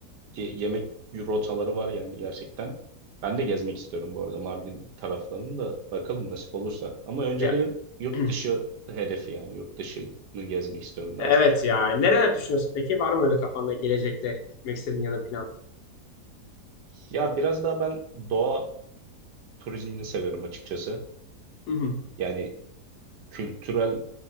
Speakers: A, on the right (about 85°); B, on the left (about 75°).
A: Ye- yemek rotaları var yani gerçekten. Ben de gezmek istiyorum bu arada Mardin taraflarını da bakalım nasip olursa. Ama önceliğim
B: ya.
A: yurt
B: <clears throat>
A: dışı hedefi yani yurt dışını gezmek istiyorum
B: Evet
A: daha çok.
B: ya. Neler düşünüyorsun peki? Var mı öyle kafanda gelecekte gitmek istediğin ya da plan?
A: Ya biraz daha ben doğa turizmini seviyorum açıkçası.
B: Hı hı.
A: Yani kültürel